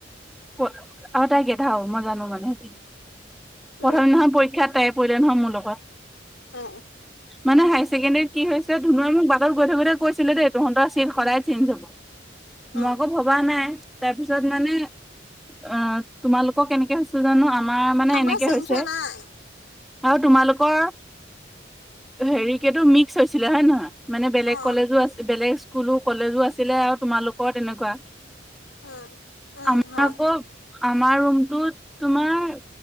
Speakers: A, in the centre; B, on the left (about 85°).
A: প আৰু তাই গেধাও মই জানোঁ মানে সেইটো।
B: উম,
A: প্ৰথম দিনাখন পৰী ক্ষাত তাই পৰিলে নহয় মোৰ লগত।
B: অঁ, অহ।
A: মানে হাই ছেকেণ্ডাৰীত কি হৈছে ধুনুৱে মোক বা টত গৈ থাকোটে কৈছিলে দেই তহঁতৰ চিট সদায় চেঞ্চ হ'ব।
B: অ',
A: মই আক' ভৱা নাই। তাৰপিছত মানে আ তোমালোকৰ কেনেকে হৈছ টো জানো, আমাৰ মানে
B: আমাৰ
A: এনেকে
B: চেঞ্জ
A: হৈছে
B: হোৱা নাই
A: আৰু তোমালোকৰ হেৰি কি এইটো মিক্স হৈছিলে হ'য় নহয়? মানে বেলেগ
B: অ
A: কলেজো আছি বেলেগ স্কুলো, কলেজো আছিলে আৰু তোমালোকৰ তেনেকুৱা।
B: উম উম
A: আমাৰ
B: হয়
A: আকৌ, আমাৰ ৰুমটোত তোমাৰ